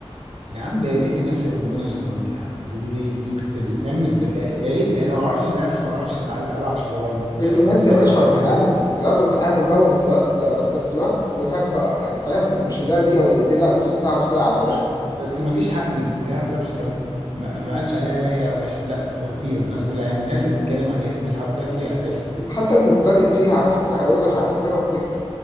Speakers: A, on the right; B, on the left.
A: يا عم ده يا ريت الناس اللي موجوده شطرنج يا عم دي دي دي, دي بت- بتنمي الذكاء يا ريت انا ما بعرفش للاسف ما بعرفش أتع- العب شطرنج
B: فيديوهات
A: بس يعني
B: يا باشا
A: حاولت
B: واتعامل فيديوهات واتعامل بقى وفيديوهات آه، بس فيديوهات فيديوهات بقى يعني فاهم مش اللي هي دقيقه ودقيقتين لا نص ساعه وساعه يا باشا
A: ب- بس ما فيش حد بيعرف يلعب شطرنج ما, ما قالش عليها هي وحش لا خطيره الناس كلها يعني الناس اللي بتتكلم عليها بتحبك فيها اساسا
B: حتى المبتدئ فيها هيحب- هيقول لك هيحببك فيها